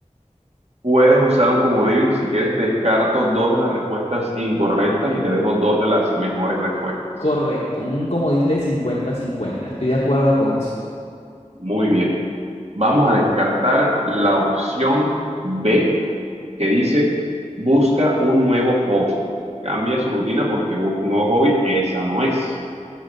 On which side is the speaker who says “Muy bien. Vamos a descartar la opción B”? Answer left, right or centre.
Right